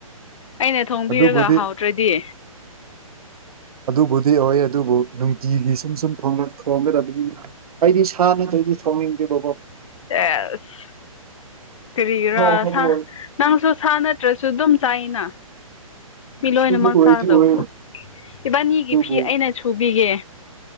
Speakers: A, on the left (about 60°); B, on the right (about 85°).
A: ꯑꯩꯅ ꯊꯣꯡꯕꯤꯔꯒ
B: ꯑꯗꯨꯕꯨꯗꯤ
A: ꯍꯥꯎꯗ꯭ꯔꯗꯤ
B: <inaudible> ꯑꯗꯨꯕꯨꯗꯤ ꯑꯣꯏꯋꯦ ꯑꯗꯨꯕꯨ ꯅꯨꯡꯇꯤꯒꯤ ꯁꯨꯝ ꯁꯨꯝ ꯊꯣꯡꯒꯗꯕꯗꯤ ꯑꯩꯗꯤ ꯁꯥ ꯅꯠꯇ꯭ꯔꯗꯤ ꯊꯣꯡꯅꯤꯡꯗꯦꯕ
A: ꯁꯦꯁ ꯀꯔꯤꯒꯤꯔ
B: ꯑꯍꯥꯎ ꯑꯍꯥꯎꯕ
A: ꯍꯥ
B: ꯑꯣꯏ
A: ꯅꯪꯁꯨ ꯁꯥ ꯅꯠꯇ꯭ꯔꯁꯨ ꯑꯗꯨꯝ ꯆꯥꯏꯅ ꯃꯤ ꯂꯣꯏꯅꯃꯛ
B: ꯑꯗꯨꯁꯨ ꯑꯣꯏꯗꯤ
A: ꯆꯥꯒꯗꯧꯕ꯭ꯔꯣ
B: ꯑꯣꯏ
A: ꯏꯕꯥꯅꯤꯒꯤ
B: ꯑꯗꯨꯕꯨ
A: ꯐꯤ ꯑꯩꯅ ꯁꯨꯕꯤꯒꯦ